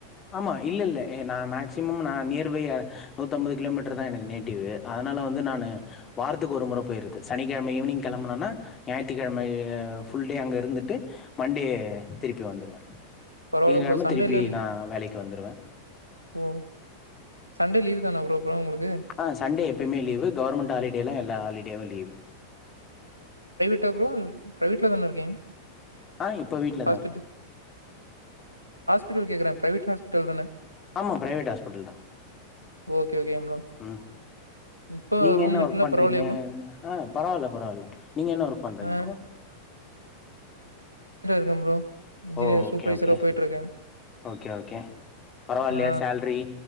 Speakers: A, on the left; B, on the right.
A: ஆமா இல்ல இல்ல ஏ நான் மேக்சிமம் நா நியர்பை நூத்தம்பது கிலோமீட்டர் தா எனக்கு நேட்டிவு அ னால வந்து நானு வார்த் துக்கு ஒரு முற போய்றது சனி கெழம ஈவினி்ங்க் கெளம்பனனா ஞாயித்துக்கெழம ஆஹ் ஃபுல் டே அங்க இருந் ட்டு மண்டே திருப்பி வந்துருவன்
B: பரவால்ல
A: திங்ககிழம
B: ப்ரோ சண்டேல
A: திருப்பி நா வேலைக்கு வந்துருவ
B: ஓ சண்டே லீவ் தான ப்ரோ அப்பல்லா உங்களுக்கு
A: ஆஹ் சண்டே எப்போமே லீவு கவுர்மெண்ட் ஹாலிடேலா எல்லா ஹாலிடேயு லீவு
B: ஓகே ப்ரோ இப்ப வீட்ல தான இருக்கீங்க
A: ஆஹ் இப்ப வீட்லதா
B: ஹாஸ்பிட்டல்
A: இருக்க
B: த்டு கேக்கறே பிரைவேட் ஹாஸ்பிட்டல் தான
A: ஆமா பிரைவேட் ஹாஸ்பிட்டல் தா
B: ஓகே ஓகே ப்ரோ
A: உம்
B: இப்போ
A: நீங்க
B: ரூம்
A: என்ன
B: மட்டும்லாம்
A: ஒர்க் பண்றீங்கம்
B: பரவாயில்லையா ப்ரோ
A: ஆஹ் பரவால்ல பரவால்ல நீங்க என்ன ஒர்க் பண்றீங்க
B: ஆ
A: ப்ரோ
B: ருக்க ப்ரோ இன்ஜினியர்
A: ஓ ஓகே
B: சூப்பர்வைசரா
A: ஓகே
B: போயிட்டு இருக்கேன்
A: ஓகே ஓகே பரவால்லயே
B: ஆ
A: சேல்ரி